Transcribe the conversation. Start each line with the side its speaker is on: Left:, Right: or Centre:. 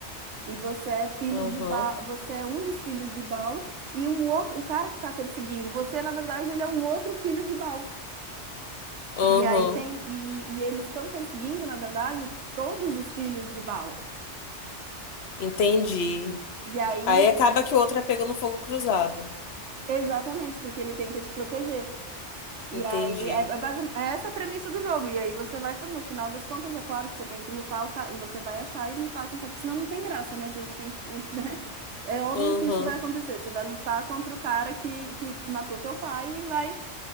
Right: E você é filho
Left: uhum,
Right: de Baal, você é um dos filhos de Baal e o outro, o cara que está perseguindo você, na verdade, ele é um outro filho de Baal.
Left: uhum.
Right: E aí tem e, e eles estão perseguindo, na verdade, todos os filhos de Baal.
Left: Entendi.
Right: E aí,
Left: Aí acaba que o outro é pego no fogo cruzado.
Right: exatamente, porque ele tenta te proteger. E
Left: Entendi.
Right: aí, é, é basi- é essa a premissa do jogo. E aí você vai, fa- no final das contas, é claro que você tem que lutar, o ca- você vai achar e lutar com o capitão. Senão não tem graça, né? A gente tem, <laughs> né? É óbvio
Left: Uhum,
Right: que isso vai acontecer. Você vai lutar contra o cara que, que matou teu pai e vai